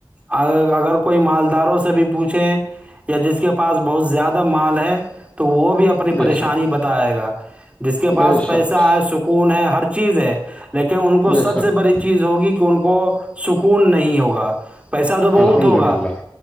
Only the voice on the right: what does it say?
اگر کوئی مالداروں سے بھی پوچھیں یا جس کے پاس بہت زیادہ مال ہے تو وہ بھی اپنی
پریشانی
بتائے گا جس کے پاس
پیسہ
ہے ون ہے ہر چیز ہے لیکن ان کو
سب
سے بڑی چیز ہوگی کہ ان کو سکون نہیں ہوگا پیسہ تو بہت
ہوگا